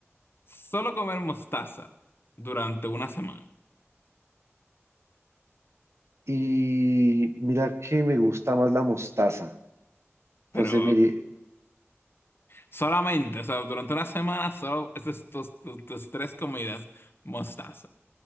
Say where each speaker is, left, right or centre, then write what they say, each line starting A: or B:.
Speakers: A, on the left; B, on the right.
A: solo comer mostaza durante una semana.
B: Y mira que me gusta más la mostaza. Entonces,
A: Pero
B: mire,
A: Solamente, o sea, durante una semana solo esas tus, tus- tus tres comidas mostaza.